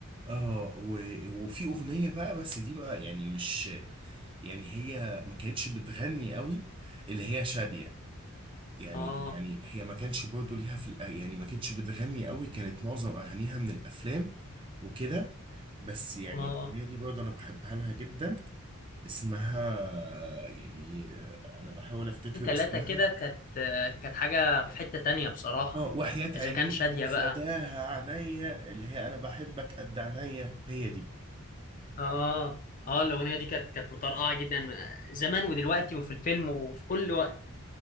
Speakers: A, on the right; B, on the left.
A: اه و- وفي اغنية بقى بس دي بقى يعني مش يعني هي ما كانتش بتغني قوي اللي هي شادية يعني
B: اه
A: يعني هي ما كانش برضه ليها في الأ- يعني ما كانتش بتغني قوي كانت معظم اغانيها من الافلام وكده بس يعني
B: ما
A: الأغنية دي برضه أنا بحبها لها جدا اسمها يعني أنا بحاول أفتكر
B: ثلاثه
A: اسمها
B: كده كانت كانت حاجه في حته تانية بصراحه
A: اه وحياة
B: اذا
A: عينيك
B: كان شاديه
A: وفداها
B: بقى
A: عينيا اللي هي أنا بحبك قد عينيا هي دي
B: اه اه الاغنيه دي كانت كانت مطرقعه جدا زمان ودلوقتي وفي الفيلم وفي كل وقت